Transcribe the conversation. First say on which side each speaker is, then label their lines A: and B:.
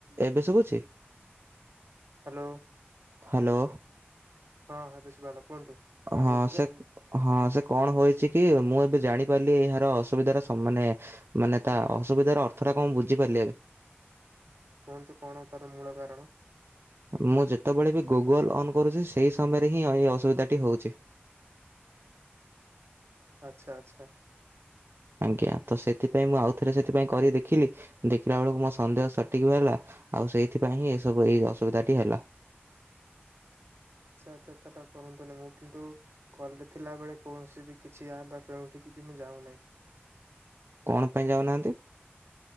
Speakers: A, on the right; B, on the right.
A: ଏବେ ଶୁବୁଛି?
B: Hello
A: hello.
B: ହଁ ଏବେ ଶୁଭାଗଲା କୁହନ୍ତୁ? କଣ
A: ହଁ
B: କହୁଥିଲେ
A: ସେକ ହଁ ସେ କଣ ହୋଇଛି କି ମୁଁ ଏବେ ଜାଣିପାରିଲି ଏହାର ଅସୁବିଧାର ସ ମାନେ ମାନେ ତା ଅସୁବିଧାର ଅର୍ଥଟା କଣ ବୁଝିପାରିଲି ଏବେ।
B: କୁହନ୍ତୁ କଣ ତାର ମୂଳ କାରଣ?
A: ମୁଁ ଯେତେବେଳେ ବି ଗୁଗଲ ଅନ୍ କରୁଚି ସେଇ ସମୟରେ ହିଁ ଏଇ ଅସୁବିଧାଟି ହେଉଛି।
B: ଆଚ୍ଛା ଆଚ୍ଛା।
A: ଆଜ୍ଞା ତ ସେଥିପାଇଁ ମୁଁ ଆଉଥରେ ସେଥିପାଇଁ କରି ଦେଖିଲି ଦେଖିଲା ବେଳକୁ ମୋ ସନ୍ଦେହ ସଠିକ ହେଲା ଆଉ ସେଇଥିପାଇଁ ହିଁ ଏସବୁ ଏଇ ଅସୁବିଧା ଟି ହେଲା।
B: ଆଛା ଆଛ <unintelligible> ଚଟା କରନ୍ତୁନି ମୁଁ କିନ୍ତୁ କଲ ରେ ଥିଲା ବେଳେ କୌଣସି ବି କିଛି ଆପ ବା କେଉଠି ବି ମୁଁ ଯାଉନାହିଁ।
A: କଣ ପାଇଁ ଯାଉନାହାଁନ୍ତି?